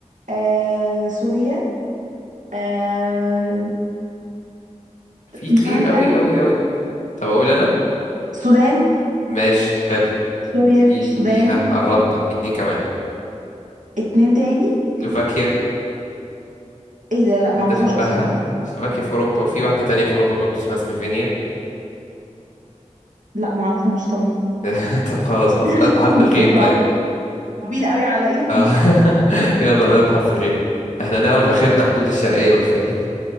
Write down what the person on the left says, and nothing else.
في
كتير
قوي قوي قوي طب اقول انا
ماشي حلو
في
فيها قربنا في اتنين كمان
سلوفاكيا
واحدة
شبهها
سلوفاكيا في أوروبا وفي واحدة تانية في أوروبا برضو اسمها سلوفينيا
<laughs> طب خلاص خلاص
بلد بحرف
الغين طيب
آه. <laughs> يلا بلد بحرف الغين احنا نعرف آخرنا حدود الشرقية والفيوم